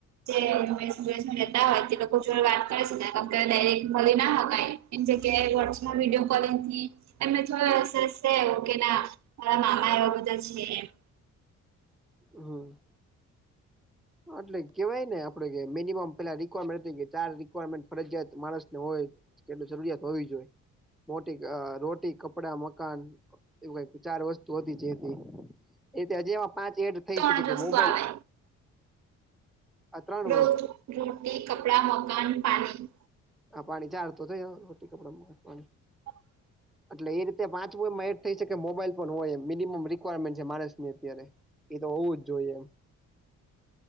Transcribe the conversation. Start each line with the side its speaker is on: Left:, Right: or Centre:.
Right: જે દેશ- વિદેશ માં રેતા હોય તે લોકો જોડે વાત કરી શકાય કે ડાયરેક્ટ મલી ના હકાય. એમ જગ્યાએ વોટ્સમાં વિડીયો કોલિંગ થી એમે થો સર ઓકે ના મારા મામા એવા બધા છે
Centre: હમ એટલે કેવાય ને આપડે કે મનિમમ પેલા રિક્વારમેન્ટ કે ચાર રિક્વારમેન્ટ ફરજિયાત માણસને હોય કે જરૂરિયાત હોવી જોઈએ મોટી રોટી કપડા મકાન એવું કાય ચાર વસ્તુ હતી જે એ હજી એ પાંચ એડ થઈ
Right: ત્રણ
Centre: શકે
Right: જ
Centre: કે
Right: વસ્તુ
Centre: મોબાઈલ
Right: આવે
Centre: આ ત્રણ
Right: રોજ
Centre: વસ્તુ
Right: રોટી કપડા મકાન પાણી
Centre: આ પાણી ચાર તો થયું રોટી કપડા મકાન.
Right: હ <unintelligible>
Centre: એટલે એ રીતે પાચમુ એમાં એડ થઈ શકે મોબાઈલ પણ હોય એ મિનિમમ રિક્વાયરમેન્ટ છે માણસ ની અત્યારે એ તો હોવું જ જોઈએ એમ